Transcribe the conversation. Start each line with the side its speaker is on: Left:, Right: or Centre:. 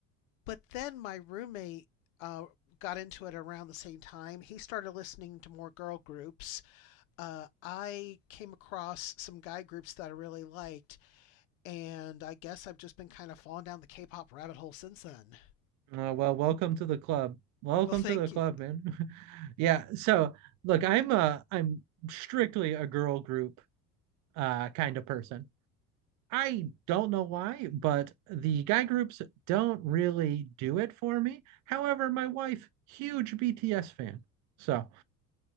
Left: But then my roommate uh, got into it around the same time. He started listening to more girl groups. Uh, I came across some guy groups that I really liked and I guess I've just been kind of falling down the K pop rabbit hole since then. <laughs>
Right: Uh, well, welcome to the club. Welcome
Left: Well, thank
Right: to the club,
Left: you.
Right: man. <laughs> Yeah. So look, I'm uh I'm strictly a girl group uh kind of person. I don't know why, but the guy groups don't really do it for me. However, my wife, huge BTS fan. So